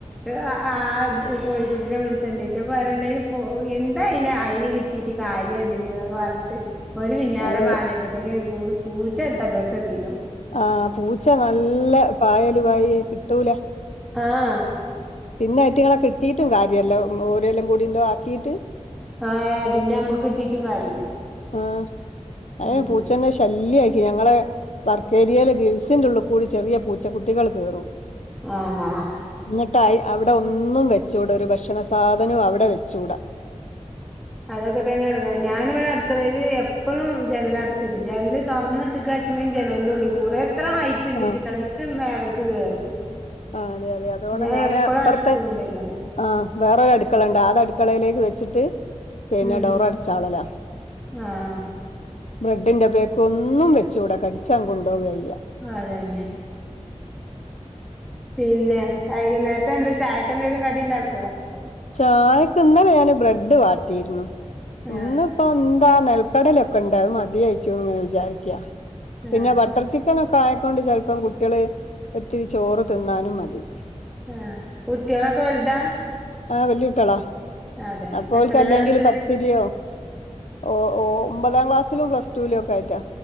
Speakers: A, in the centre; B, on the left.
A: ഇഹ് ആഹ് ആഹ് ത്‌ കോഴികുട്ടിനെ പിട്ച്ച് ച്ചൊണ്ടേയ്റ്റ് അപ്പ പറയ്ണ്ട് അതിന് ഇപ്പോ എന്താ അയ്നെ അയ്ന് കിട്ടീട്ട് കാര്യതിന് ന്നൊക്കെ പർഞ്ഞ്ട്ട് ഓല് പിന്നാലെ
B: അതെ
A: പാഞ്ഞപ്പത്തിന് പൂ പൂച്ച എത്തണ്ടോട്ത്ത് എത്തീക്ക്ണ്
B: ആഹ് പൂച്ച നല്ല പായല് പായൊയ് കിട്ടൂല
A: ആഹ്
B: പിന്നെ ഐറ്റിങ്ങളെ കിട്ടീറ്റും കാര്യല്ല ഓര് എല്ലംകൂടി ഇന്തോ ആക്കിയിട്ട്
A: ആഹ് ഏഹ് പിന്നെ അമ്മക്ക് കിട്ടീറ്റും കാര്യല്ല
B: ആഹ് അഹ്
A: ഉം
B: പൂച്ചന്റെ ശല്ല്യേയ്ക്കും ഞങ്ങളെ വർക്കേരിയേലെ ഗിൽസിന്റുള്ള്കൂടി ചെറിയ പൂച്ചക്കുട്ടികള് കേറും
A: ആഹ് ആഹ്
B: ന്നട്ട് അയ് അവ്ടെ ഒന്നും വെച്ചൂട ഒരു ഭക്ഷണ സാധനവും അവിടെ വെച്ചൂട
A: അതൊക്കെ തന്നെ എടെങ്ങേറെയ് ഞാന് വടെ അട്ക്കളേല് എപ്പഴും ജനല് അടച്ച്ടും ജനല് തൊർന്ന്ട്ട്ക്കാച്ചങ്കി ജനൽന്റെ ഉള്ള്കൂടെ എത്ര ഹൈറ്റ്ഇണ്ട്ച്ച്ട്ടാ
B: ആഹ്
A: ഇന്ന്ട്ട് മേലക്ക് കേറും
B: ആഹ് അതെ അതെ അതോണം
A: ഞാ
B: ഞാന്
A: എപ്പളു
B: അപ്പുറത്തെ
A: അടച്ചിട്ട്ങ്ങോണ്ടെയ്കാരം
B: ആഹ് വേറൊരു അട്ക്കളണ്ട് ആത് അട്ക്കളയിലേക്ക് വെച്ച്ട്ട് പിന്നെ
A: ഉം
B: ഡോറ് അട്ച്ചാളലാ
A: ആഹ്
B: ബ്രെഡിന്റെ പേക്കൊന്നും വെച്ചുടാ കടിച്ചാണ് കൊണ്ടോവെയ്യ
A: പ്പ അതെന്നെ പിന്നെ വയ്കുന്നേരത്ത്നെന്താ ചായക്കെന്തെങ്കിലും കടിണ്ടാക്കോ
B: ചായക്ക് ഇന്നലെ ഞാന് ബ്രെഡ് വാട്ടിയിരുന്നു ഇന്ന്
A: ആഹ്
B: പ്പൊന്താ നെൽക്കടലൊക്കെണ്ട് അഹ് മതിയായിക്കുന്ന് വിജാരിക്ക പിന്നെ
A: ആഹ്
B: ബട്ടർ ചി ചിക്കനൊക്കെ ആയിക്കൊണ്ട് ചെൽപ്പം കുട്ടികള് ഒത്തിരി ചോറ് തിന്നാനും മതി
A: ആഹ് കുട്ട്യാളൊക്കെ വൽതാ
B: ആഹ് വല്ല്യോട്ട്യാളാ
A: അതെ
B: അപ്പോഓൽക്കല്ലെങ്കില്
A: എത്രേലാ പഠിക്ക്ണ്
B: പത്തിരിയോ ഓ ഓ ഒമ്പതാം ക്ലാസിലും പ്ലസ്ടുലോക്കായിറ്റാ